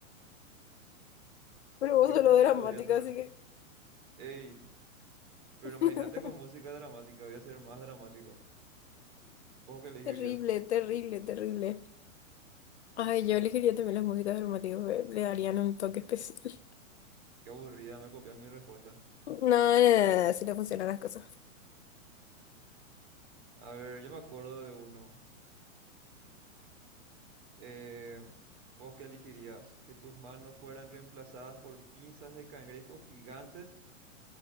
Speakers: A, on the left; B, on the right.
A: Pero vos
B: ¿Qué
A: sos
B: música
A: lo dramática,
B: podría sonar?
A: así que...
B: Ey. Pero
A: <laughs>
B: imagínate con música dramática, voy a ser más dramático. ¿Vos qué elegirías?
A: Terrible, terrible, terrible. Ay, yo elegiría también las músicas dramáticas, le le darían un toque especial.
B: Qué aburrida, me copian mi respuesta.
A: No, no, no, no, así no funcionan las cosas.
B: A ver, yo me acuerdo de uno. Eh, ¿vos qué elegirías? ¿Que tus manos fueran reemplazadas por pinzas de cangrejos gigantes